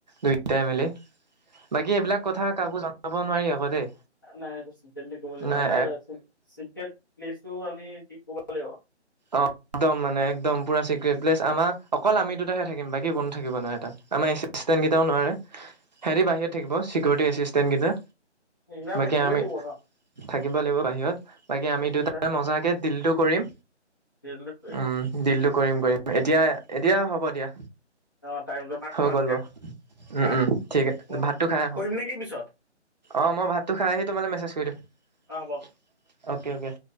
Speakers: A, on the right; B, on the left.
A: দুয়োটাই মিলি। বাকী এইবিলাক কথা কাকো জনাব নোৱাৰি আকৌ দেই।
B: নাই এইটো চিকৰেটলি কব লাগিব
A: নাই
B: আৰু আমি চিকৰেট লিচটো আমি ক'ব লাগিব।
A: অঁ। একদম মানে একদম পুৰা চিকৰিট প্লেচ আমাৰ অকল আমি দুটাহে থাকিম বাকী কোনো থাকিব নোৱাযৰে তাত আমাৰ ষ্টেট কেইটাও নোৱাৰে হেৰি বাহিৰত থাকিব চিকৰটি এচিষ্টেণ্টকেইটা।
B: সেইগিলা থাকিবই
A: বাকী আমি
B: লাগিব
A: থাক।
B: ন
A: থাকিব লাগিব বাহিৰত বাকী আমি
B: সেইবিলাক
A: দুটাই মজাকে দিলটো কৰিম।
B: সেইবিলাক
A: উম দিলটো কৰিম
B: কৰি-
A: কৰিম এতিয়া এতিয়া হ'ব দিয়া।
B: অ টাইমটো ভাত খোৱা
A: হৈ গ'ল
B: তেতিয়া
A: বাৰু উম
B: হা
A: উম ঠিক আ
B: অ,
A: ভাতটো খাই আহোঁ।
B: কৰিম নেকি পিছত
A: অঁ মই ভাতটো খাই আহি তোমালে মেছেজ কৰি দিম।
B: অ হ'ব।
A: Okay okay.